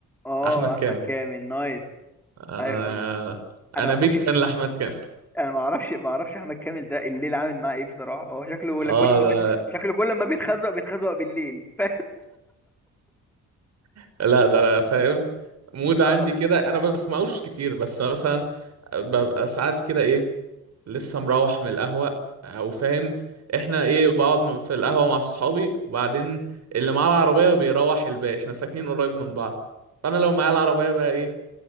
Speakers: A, in the centre; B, on the right (about 60°).
A: اه
B: احمد كامل
A: احمد كامل نايس
B: انا
A: ايوه ايوه انا
B: انا
A: ما اعرفش
B: بيك فان لاحمد كامل
A: انا ما اعرفش ما اعرفش احمد كامل ده الليل عامل معاه ايه بصراحه هو شكله ولا
B: اه
A: كل ما
B: ده
A: بيت... شكله كل ما بيتخزق بيتخزق بالليل <laughs> ف...
B: <laughs> لا ده لا فاهم مود
A: اه
B: عندي كده انا بسمعوش كتير بس مثلا ببقى ساعات كده ايه لسه مروح من القهوة او فاهم احنا ايه بقعد م- في القهوة مع صحابي وبعدين اللي معاه العربية بيروح الباقي احنا ساكنين قريب من بعض فانا لو معايا العربية بقى ايه